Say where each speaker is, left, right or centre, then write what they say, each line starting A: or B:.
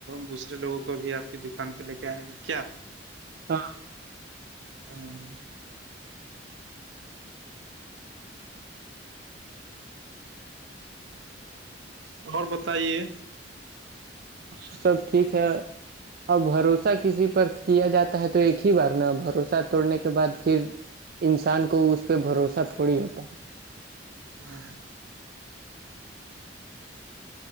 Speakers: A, on the right; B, on the right.
A: دوسرے لوگوں کو بھی آپ کی دکان پہ لے کے آئے گا کیا
B: ہاں
A: ہوں اور بتائیے
B: اور سب ٹھیک ہے اور بھروسہ کسی پر کیا جاتا ہے تو ایک ہی بار نا بھروسہ توڑنے کے بعد پھر انسان کو اس پہ بھروسہ تھوڑی ہوتا ہے
A: ہاں